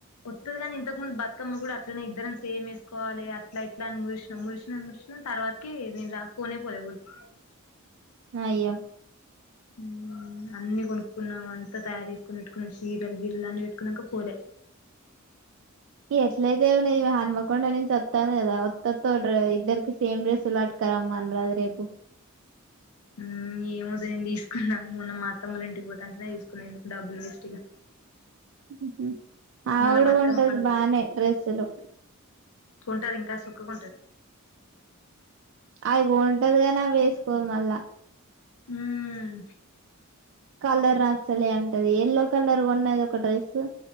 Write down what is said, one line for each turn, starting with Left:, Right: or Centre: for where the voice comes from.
Left: ఒత్తది కాని ఇంతకు ముందు బతుకమ్మ కూడా అట్లనే ఇద్దరని సేమ్ వేసుకోవాలి అట్లా ఇట్లా అని చూసినం చూసినం చూసినం తర్వాతకి నేను రా పోనే పోలే ఊరికి
Right: అయ్యో
Left: మ్మ్ అన్ని కొనుక్కున్నాం అంతా తయారు చేసుకొని పెట్టుకున్నాం చీరలు గీరెలు అన్ని పెట్టుకున్నాక పోలే
Right: ఎట్లయితే ఏమున్నది హన్మకొండ నుంచి ఒత్తంది కదా వత్తోత్త ఒక డ్రె ఇద్దరికి సేమ్ డ్రెస్సులు పట్కరమ్మ అనరాదు రేపు
Left: ఊ ఏమోద్దు నేను తీసుకున్న మొన్న మా అత్తమ్మల ఇంటికి పోతే అంటేనే తీసుకున్నా ఎందుకు డబ్బులు వేస్ట్ ఇగ
Right: హ్మ్ హు ఆవిడ
Left: మళ్ళా బతుకమ్మ
Right: కొంటది
Left: పండుగకి
Right: బానే డ్రెస్లు
Left: కొంటది ఇంకా సొక్క కొంటాది
Right: అవి కొంటది కానీ అవి వేసుకోదు మళ్ళా
Left: మ్మ్
Right: కలర్ నచ్చలే అంటది ఎల్లో కలర్ కొన్నది ఒక డ్రెస్సు